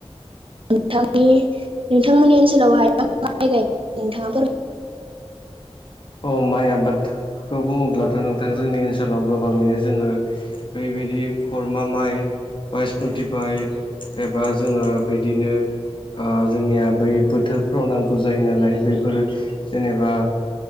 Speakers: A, on the right; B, on the left.
A: नोंथांनि नोंथांमोननि ओनसोलावहाय मा माइ गायो नोंथाङा फोरमाय
B: अ माइ आबादखौ बुङोब्लाथ नोंथां जोंनि ओनसोलाव गोबाङैनो जोङो। बेबायदि खरमा माइ, बायसमुथि माय एबा जोङो बिदिनो। आ जोंनिया बै बोथोरफ्राव नांगौ जायो नालाय बैफोरो जेनेबा,